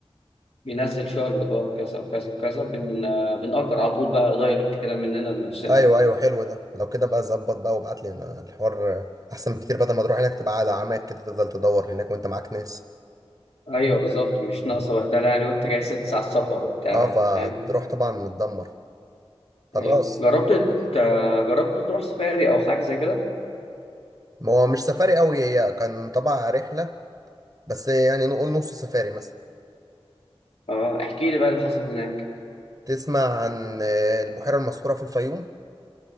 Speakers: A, on the left; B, on the right.
A: بينزل شغل جوه كذا وكذا وكذا بن... بنأجر على طول بقى دايركت كده مننا لنفسنا
B: ايوه
A: يعني
B: ايوه حلو ده لو كده بقى ظبط بقى وابعت لي انا الحوار احسن بكتير بدل ما تروح هناك تبقى على عماك كده تفضل تدور هناك وانت معاك ناس
A: ايوه بالظبط مش ناقصه بهدله يعني وانت جاي ست ساعات سفر وبتاع
B: اه فتروح
A: فاهم
B: طبعا متدمر خلاص
A: ايوه جربت ت- جربت تروح سفاري او حاجه زي كده
B: ما هو مش سفاري قوي هي كان طبعا رحله بس يعني نقول نص سفاري مثلا
A: اه احكي لي بقى اللي حصل هناك
B: تسمع عن آه، البحيره المسحوره في الفيوم